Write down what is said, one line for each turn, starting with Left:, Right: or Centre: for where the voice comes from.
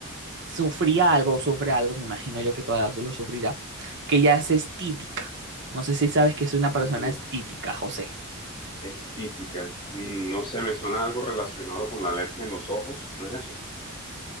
Right: sufría algo, sufre algo, me imagino yo que todavía lo sufrirá, que ya es estítica. No sé si sabes que es una persona
Left: Uh,
Right: estítica, José.
Left: estítica. Mm, No sé, me suena algo relacionado con la alergia en los ojos, ¿no es eso?